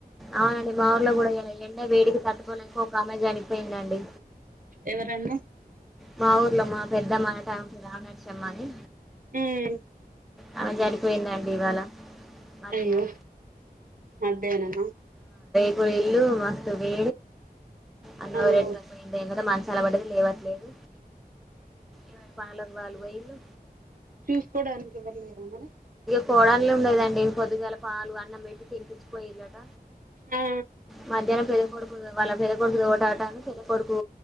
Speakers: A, in the centre; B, on the right (about 60°).
A: అవునండి మా ఊలో కూడా వెలా ఎండే వేడికి తట్టుకోలేక ఒక అమెజ చనిపోయిందండి
B: ఎవరండీ
A: మా ఊర్లో మా పెద్దమ్మ అ టైకి రావ నర్చమ్మా అని
B: ఉమ్
A: అమె చనిపోయిందండి ఇవాళ మధ్యాహ్నం
B: అయ్యో మధ్యాహ్నమా
A: ఇప్పు ఇల్లు మస్తు బీ అన్న
B: ఆ
A: రేట్ పకుపోయింది ఏం కదా మనిషి అలవాడది లేవట్లేదు ఎవరి పనులకు వాళ్ళు పోయిళ్ళు
B: చూసుకోడానికి ఇవ్వర్లేరా మరి
A: కోడలు ఉండదండి పొద్దుగాల పాలు అన్నం పెట్టి తనిపించిపోయయిళ్లట
B: ఆ
A: మధ్యాహ్నం పెద కొడుకు వాళ్ళ పెదకొడుకు టాటాను పిద కొడుకు